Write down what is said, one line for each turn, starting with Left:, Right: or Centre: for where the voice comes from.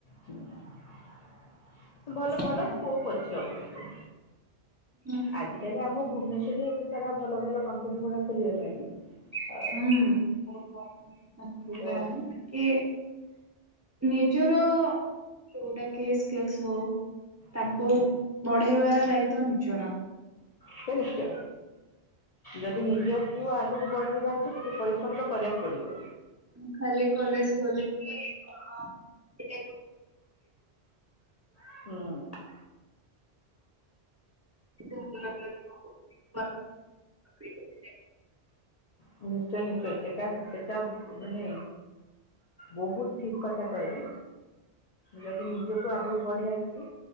Left: ହୁଁ ଭଲ ଭଲ
Right: କଣ
Left: ସ୍କୋପ୍ ଅଛି ଅବଶ୍ୟ।
Right: ହୁଁ।
Left: ଆଜିକାଲି ଆମ ଭୁବନେଶ୍ୱରରେ ଏତେ ସାରା ଭଲ ଭଲ କମ୍ପାନୀ ଗୁଡା ଖୋଲିଗଲାଣି। ଆଉ
Right: ହୁଁ ବହୁତ୍ କମ୍ପାନୀ ଖୋଲିଗଲାଣି।
Left: ତ
Right: କିଏ ନିଜର ଯୋଉଟା କି ସ୍କିଲ୍ସ ହଉ। ତାକୁ
Left: ହୁଁ ହୁଁ
Right: ବଢେଇବାର ଦାୟିତ୍ୱ ନିଜର।
Left: ସେ ନିଶ୍ଚୟ ଯଦି ନିଜକୁ ଆଗକୁ ବଢେଇବା। କିଛି କିଛି ପରିଶ୍ରମ୍ ତ କରିବାକୁ ପଡିବ।
Right: ମୁଁ ଖାଲି କଲେଜ୍ ଗଲେ। କି ଆଜ୍ଞା
Left: ହୁଁ।
Right: <unintelligible>
Left: ହଁ ନିଶ୍ଚୟ ନିଶ୍ଚୟ ସେଟା ସେଟା ମାନେ। ବହୁତ୍ ଠିକ୍ କଥା କହିଲେ। ଯଦି ନିଜକୁ ଆଗକୁ ବଢ଼ିବା ଅଛି